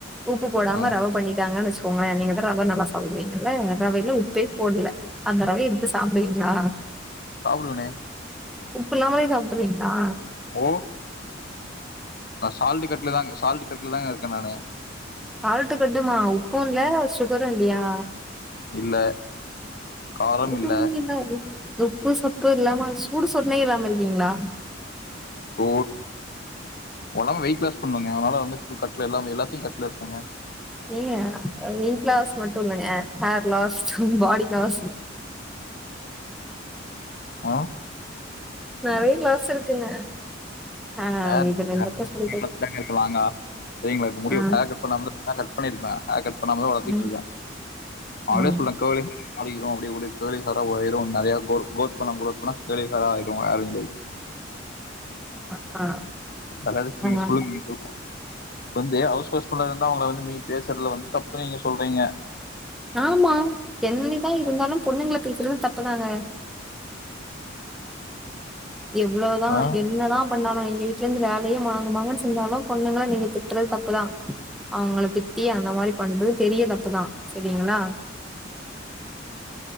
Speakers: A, in the centre; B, on the left (about 50°).
A: உப்பு போடாம
B: ம்
A: ரவ பண்ணிட்டாங்கன்னு வெச்சி போங்களே நீங்க தா ரவ நல்லா சாப்பிடுவீங்கல்ல ரவையில உப்பே போடல அந்த ரவை சாப்டுவிங்ளா
B: சாப்டுவேனே
A: உப்பு இல்லாமளே சாப்டுருவீங்களா
B: ஓ நா சால்ட கட்ல தாங்க சால்ட் கட்ல தாங்க இருக்க நானு
A: சால்ட்டு கட்டுமா உப்பு இல்ல சுகரு இல்லையா
B: இல்ல காரம்
A: எதுவுமே
B: இல்ல
A: இன்னா அது உப்பு சப்பு இல்லாம சூடு சொர்னையே இல்லாம இருக்கீங்ளா
B: சோ ஒடம்பு வெயிட் லாஸ் பண்ணோங்க அதனால வந்து ஃபுல் கட்ல எல்லாமே எல்லாத்தையு கட்ல இருக்கேங்க
A: ஏங்க வெயிட் லாஸ் மட்டு இல்லங்க ஹேர் லாஸ் பாடி லாஸ்
B: ஆ
A: நறைய லாஸ் இருக்குங்க ஆ
B: ஹேர்
A: இதுல என்னத்த
B: <inaudible>
A: சொல்றது
B: இருக்கலாங்க சரிங்களா இப்ப முடி
A: ஆ
B: ஹேர் கட் பண்ணாம கட் பண்ணிருப்பே ஹேர் கட் பண்ணாம தா வளர்த்திட்டு
A: ம்
B: இருக்கே ஹலோ
A: ம்
B: சொல்றே கார்லி மூடி மாறிரு அப்டி அப்டியே கர்லீ ஹேரா மாரிரு நெறைய குரோ குரோத் பண்ண குரோத் பண்ண கர்லீ ஹேர் ஆகிரு ஹேர்குளே
A: அக் ஆ
B: அதாது பீஸ்
A: ஆ
B: ஃபுல் ஈகோ வந்து ஹவுஸ் ஹஸ்பண்ட்டா இருந்தா அவுங்கள வந்து மீறி பேசுறதுல வந்து தப்பு நீங்க சொல்றீங்க
A: ஆமா என்னதா இருந்தாலும் பொண்ணுங்கள பேசுறது தப்புதாங்க எவ்லோதா
B: ஆ?
A: என்னதா பண்ணாலு எங்க வீ ட்ல இருந்து வேலயே மாங்கு மாங்குன்னு செந்தாலு பொண்ணுங்கள நீங்க திட்டுறது தப்புதா அவுங்கள திட்டி அந்த மாரி பண்றது பெரிய தப்புதா செரிங்ளா